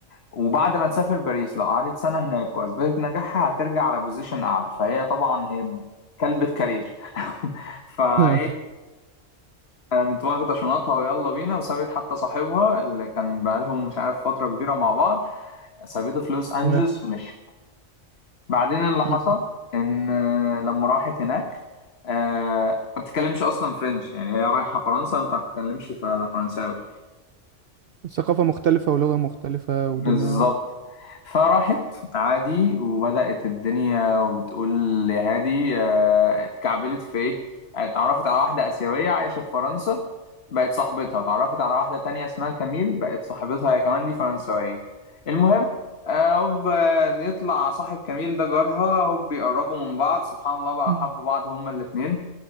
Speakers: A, on the left (about 55°); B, on the right (about 60°).
A: وبعد ما تسافر باريس لو قعدت سنة هناك واثبتت نجاحها هترجع على بوزيشن اعلى فهي طبعا هي كلبة كارير <laughs> فايه
B: اه
A: كانت واخدة شنطها ويلا بينا وسابت حتى صاحبها اللي كان بقالهم مش عارف فترة كبيرة مع بعض سابته في لوس أنجلوس
B: تمام
A: ومشي بعدين اللي حصل
B: مم.
A: إن آه، لما راحت هناك آه، ما بتتكلمش أصلا فرنش يعني هي رايحة فرنسا وما بتتكلمش ف- فرنساوي
B: ثقافة مختلفة ولغة مختلفة
A: بالظبط
B: ودنيا
A: فراحت عادي وبدأت الدنيا وبتقول يا هادي آه، اتكعبلت في ايه آه، اتعرفت على واحدة آسيوية عايشة في فرنسا بقت صاحبتها اتعرفت على واحدة تانية اسمها كميل بقت صاحبتها هي كمان دي فرنسوية المهم آه، هوب آه، يطلع صاحب كميل ده جارها هوب بيقربوا من بعض سبحان الله بقى
B: مم.
A: حبوا بعض هما الاتنين